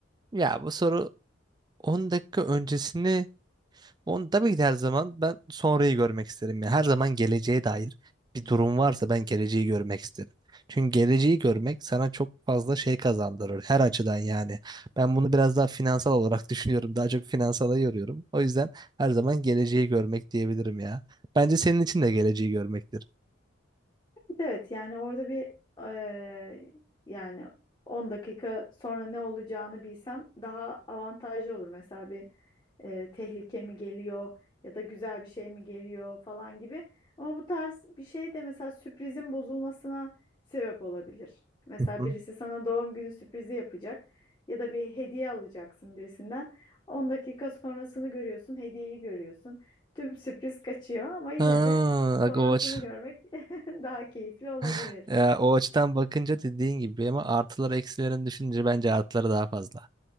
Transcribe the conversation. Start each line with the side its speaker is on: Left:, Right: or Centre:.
Right: Ya bu soru 10 dakika öncesini Onu tabii ki de her zaman ben sonrayı görmek isterim. Yani her zaman geleceğe dair bir durum varsa ben geleceği görmek isterim. Çünkü geleceği görmek sana çok fazla şey kazandırır her açıdan yani. Ben bunu biraz daha finansal olarak <laughs> düşünüyorum. Daha çok finansala yoruyorum. O yüzden her zaman geleceği görmek diyebilirim ya. Bence senin için de geleceği görmektir.
Left: Evet, yani orada bir eee, yani 10 dakika sonra ne olacağını bilsem daha avantajlı olur. Mesela bir e, tehlike mi geliyor ya da güzel bir şey mi geliyor falan gibi. Ama bu tarz bir şey de mesela sürprizin bozulmasına sebep olabilir. Mesela
Right: Hı hı.
Left: birisi sana doğum günü sürprizi yapacak ya da bir hediye alacaksın birisinden. 10 dakika sonrasını görüyorsun, hediyeyi görüyorsun. Tüm sürpriz kaçıyor ama yine
Right: Aa,
Left: de
Right: bak
Left: sonrasını
Right: o aç.
Left: görmek <laughs> daha keyifli olabilir.
Right: <laughs> Ya, o açıdan bakınca dediğin gibi ama artıları eksilerini düşününce bence artıları daha fazla.